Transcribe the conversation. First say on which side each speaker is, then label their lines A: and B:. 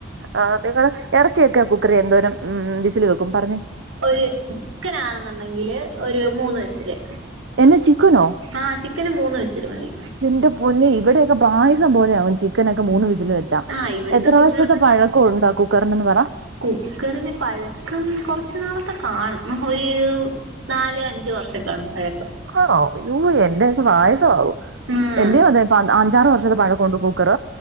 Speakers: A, on the right (about 65°); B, on the right (about 85°).
A: അതെ ഇറച്ചിയൊക്കെ ആ കുക്കറിൽ എന്തോരം ഉ വിസിൽ വെക്കും പറഞ്ഞെ
B: ഒരു ചിക്കനാണെന്നുണ്ടെങ്കില് ഒരു മൂന്ന് ഫിസില്
A: എന്നെ ചിക്കനോ
B: ആഹ ചിക്കന് മൂന്ന് വിസില് മതി
A: എന്റെ പൊന്നെ ഇവിടെയൊക്കെ പായസം പോലെ ആകും ചിക്കൻ ഒക്കെ മൂന്ന് വിസിൽ വെച്ചാ
B: ആഹ് ഇവിടുത്തെ
A: എത്ര
B: കുക്കറിന്
A: വർഷത്തെ പഴക്കം ഉണ്ടാകും പാഞ്ഞെന്ന് പറ
B: കുക്കറിന് പഴക്കം കൊറച്ചു നാളൊത്തെ കാണും ഒരു നാലോ അഞ്ചോ വർഷക്കാണ് പഴക്കം
A: ആണോ എന്റെ പായസമാവും
B: ഉം ആഹ്
A: എന്റെയും അതെ അഞ്ചാറു വർഷത്തെ പഴക്കമുണ്ട് കുക്കർ